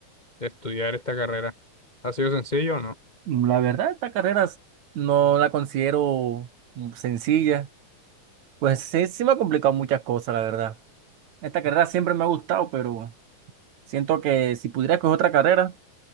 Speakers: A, on the left; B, on the right.
A: de estudiar esta carrera? ¿Ha sido sencillo o no?
B: Mm, La verdad, esta carrera s- no la considero mm, sencilla. Pues sí, sí me ha complicado muchas cosas, la verdad. Esta carrera siempre me ha gustado, pero siento que si pudiera escoger otra carrera,